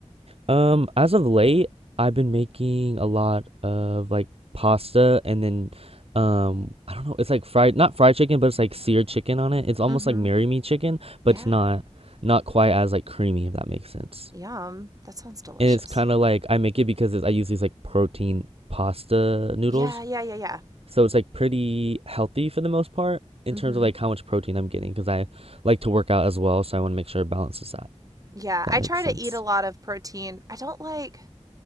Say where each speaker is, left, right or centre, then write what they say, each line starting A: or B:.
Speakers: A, on the right (about 55°); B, on the right (about 30°).
A: Um, as of late, I've been making a lot of like pasta and then um I don't know, it's like fried not fried chicken, but it's like seared chicken on it. It's almost
B: Mm-hmm.
A: like Marry Me chicken,
B: Yeah.
A: but it's not not quite as like creamy if that makes sense.
B: Yum. That sounds delicious.
A: And it's kind of like I make it because it's, I use these like protein pasta noodles.
B: Yeah, yeah, yeah, yeah.
A: So it's like pretty healthy for the most part in
B: Mm-hmm.
A: terms of like how much protein I'm getting because I like to work out as well, so I want to make sure it balances that.
B: Yeah,
A: If that
B: I
A: makes
B: try
A: sense.
B: to eat a lot of protein. I don't like